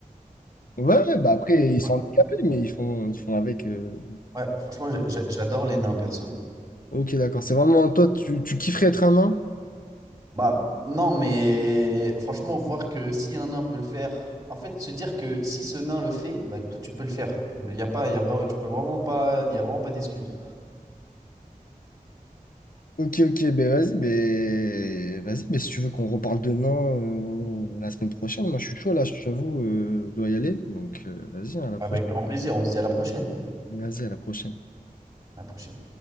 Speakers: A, on the left (about 70°); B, on the right (about 25°).
A: Ouais, ouais, bah après, ils
B: Ouais,
A: sont handicapés, mais ils font, ils font avec. euh.
B: ouais, franchement, j'a- j'a- j'adore les nains, perso.
A: Ok, d'accord. C'est vraiment toi, tu, tu kifferais être un nain?
B: Bah non, mais franchement, voir que si un nain peut le faire, en fait, se dire que si ce nain le fait, bah toi tu peux le faire. Il y a pas, il y a vraiment, tu peux vraiment pas, il y a vraiment pas d'excuses.
A: Ok, ok, ben vas-y, ben vas-y, ben si tu veux qu'on reparle de nains euh, la semaine prochaine, moi je suis chaud là, je t'avoue, euh, je dois y aller. Donc euh, vas-y, à la prochaine.
B: Avec grand plaisir, on se dit à la prochaine.
A: Vas-y, à la prochaine.
B: À la prochaine.